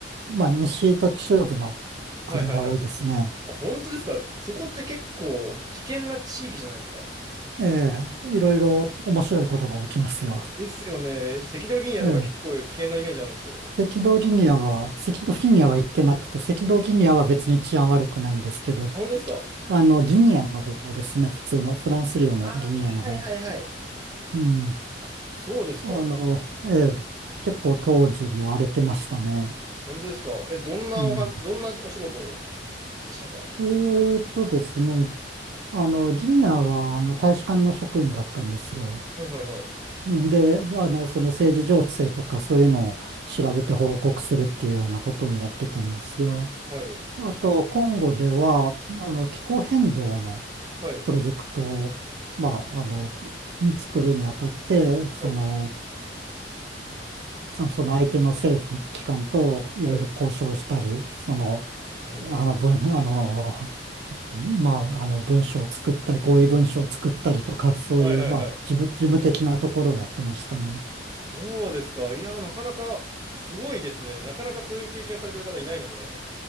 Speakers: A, on the right; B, on the right.
A: まあ西と中部の国が多いですね。
B: はいはいはい。あ、本当ですかそこって結構危険な地域じゃないですか
A: ええ、いろいろ面白いことが起きますよ。
B: ですよね。赤道ギニアとか結構危険なイメージあるんですけど。
A: ええ、赤道ギニアは、赤道ギニアは行ってなくて、赤道ギニアは別に治安悪くないんですけど、
B: あ、本当ですか
A: あの、ギニアの方ですね。普通のフランス領のギニアの方。
B: あーはいはいはい。
A: うん。
B: あ、そうですか。
A: あの、ええ、結構当時も荒れてましたね。
B: あ本当ですかえ、どんなおは、
A: うん。
B: どんなお仕事でしたかは
A: えーっとですね。あの、ギニアは、あの、大使館の職員だったんですよ。
B: いはいはい。
A: うんで、あの、その政治情勢とかそういうのを調べて報告するっていうようなことをやってたんですが、
B: はい。
A: あと、コンゴでは、あの、気候変動の
B: はい。
A: プロジェクトを、まあ、あの、作るにあたって、その、
B: はい。
A: あその相手の政府機関といろいろ交渉したり、
B: はい。
A: その、
B: はい。
A: あの文、あの、まあ、あの文書を作ったり、合意文書を作ったりとか、そういう、
B: はい。はい。
A: まあ、
B: はい。
A: 事務、
B: はい。
A: 事務的なところをやってましたね。
B: そうですか。いや、なかなかすごいですね。なかなかそういう経験されてる方いないので、